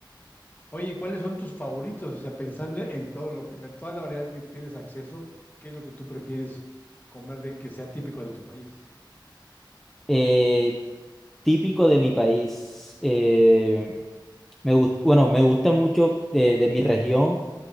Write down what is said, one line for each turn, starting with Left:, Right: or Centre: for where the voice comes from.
Left: Oye, ¿y ¿cuáles son tus favoritos? O sea, pensando en todo lo que, de toda la variedad que tienes acceso, ¿qué es lo que tú prefieres comer de que sea típico de tu país?
Centre: Eh, típico de mi país, eh, me gust- bueno, me gusta mucho de, de mi región